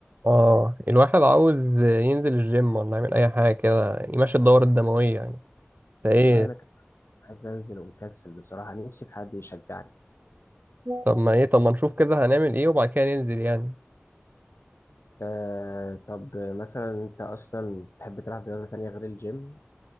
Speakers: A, on the right; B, on the left.
A: اه الواحد عاوز ينزل الجيم ولا يعمل اي حاجه كده يعني يمشي الدوره الدمويه يعني فايه
B: والله انا كنت عايز انزل ومكسل بصراحه نفسي في حد يشجعني
A: طب ما ايه طب ما نشوف كده هنعمل ايه وبعد كده ننزل يعني
B: آه طب مثلا انت اصلا بتحب تلعب رياضه تانية غير الجيم